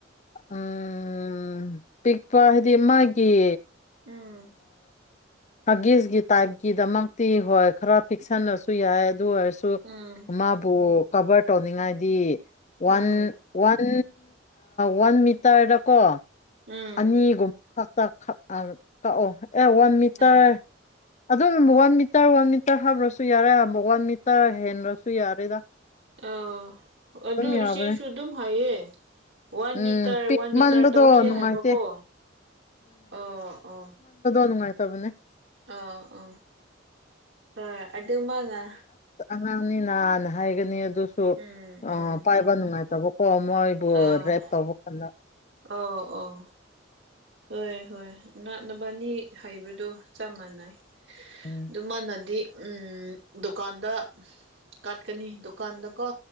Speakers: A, on the left; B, on the right.
A: ꯎꯝ ꯄꯤꯛꯄ ꯍꯥꯏꯗꯤ ꯃꯥꯒꯤ
B: ꯎꯝ
A: ꯐꯥꯒꯤꯁꯒꯤ ꯇꯥꯏꯞꯀꯤꯗꯃꯛꯇꯤ ꯍꯣꯏ ꯈꯔ ꯐꯤꯛꯁꯟꯅꯁꯨ ꯌꯥꯏ ꯑꯗꯨ ꯑꯣꯏꯔꯁꯨ
B: ꯎꯝ
A: ꯃꯥꯕꯨ ꯀꯕꯔ ꯇꯧꯅꯤꯡꯉꯥꯏꯗꯤ
B: ꯎꯝ
A: ꯋꯥꯟ ꯋꯥꯟ ꯋꯥꯟ ꯃꯤꯇꯔꯗ ꯀꯣ
B: ꯎꯝ
A: ꯑꯅꯤꯒ ꯑ ꯀ ꯑꯦ ꯋꯥꯟ ꯃꯤꯇꯔ
B: ꯑꯥ
A: ꯑꯗꯨꯝ ꯋꯥꯟ ꯃꯤꯇꯔ ꯋꯥꯟ ꯃꯤꯇꯔ ꯍꯥꯞ꯭ꯔꯁꯨ ꯌꯥꯔꯦ ꯑ ꯋꯥꯟ ꯃꯤꯇꯔ ꯍꯦꯟ꯭ꯔꯁꯨ ꯌꯥꯔꯦꯗ
B: ꯑ ꯑꯗꯨ
A: ꯑꯗꯨꯝ ꯌꯥꯕꯅꯦ
B: ꯏꯆꯦꯁꯨ ꯑꯗꯨꯝ ꯍꯥꯏꯌꯦ ꯋꯥꯟ
A: ꯎꯝ
B: ꯃꯤꯇꯔ
A: ꯄꯤꯛꯃꯟꯕꯗꯣ
B: ꯋꯥꯟ ꯃꯤꯇꯔ ꯇꯧꯁꯦ
A: ꯅꯨꯡꯉꯥꯏꯇꯦ
B: ꯍꯥꯏꯕ ꯀꯣ ꯑ ꯑ
A: ꯅꯨꯡꯉꯥꯏ ꯇꯕꯅꯦ
B: ꯑ ꯑ ꯍꯣꯏ ꯑꯗꯨꯃꯉꯥ
A: ꯑꯅꯤꯅꯥꯅ ꯍꯥꯏꯒꯅꯤ ꯑꯗꯨꯁꯨ
B: ꯎꯝ ꯎꯝ
A: ꯄꯥꯏꯕ ꯅꯨꯡꯉꯥꯏꯇꯕ ꯍ ꯃꯣꯏꯕꯨ
B: ꯑꯥ
A: ꯔꯦ ꯇꯧꯕ ꯀ
B: ꯑꯣ ꯑꯣ ꯍꯣꯏ ꯍꯣꯏ ꯅꯅꯥꯛꯅꯕ ꯑꯅꯤ ꯍꯩꯕꯗꯣ ꯆꯞ ꯃꯥꯟꯅꯩ
A: ꯎꯝ
B: ꯑꯗꯨꯃꯥꯟꯅꯗꯤ ꯎ ꯗꯨꯀꯥꯟꯗ ꯀꯥꯠꯀꯅꯤ ꯗꯨꯀꯥꯟꯗꯀꯣ